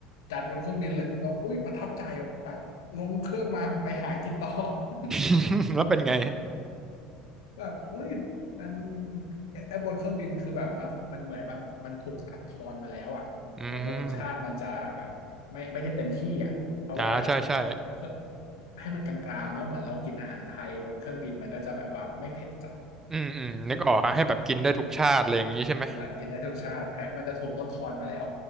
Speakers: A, on the left; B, on the right.
A: จัดบนเครื่องบินเลยแล้วอุ้ยประทับใจว่ะลงเครื่องมาไปหากินต่อ <laughs>
B: <laughs> แล้วเป็นไง
A: แบบอุ้ยอันไอ้บนเครื่องบินคือแบบมันมันเหมือนแบบมันถูกอัดทอนมาแล้วอ่ะเหมือนรสชาติมันจะแบบไม่ไม่ได้เต็มที่อ่ะเพราะว่า
B: อืมอ่าใช่ใช่
A: เครื่องให้มันกลางๆเนาะเหมือนเรากินอาหารไทยบนเครื่องบินมันก็จะแบบว่าไม่เผ็ดจัด
B: อืมอืมนึกออกฮะให้แบบกินได้ทุกชาติอะไรอย่างนี้ใช่ไหม
A: อ่าเออกินได้ทุกชาติแต่มันจะถูกลดทอนมาแล้ว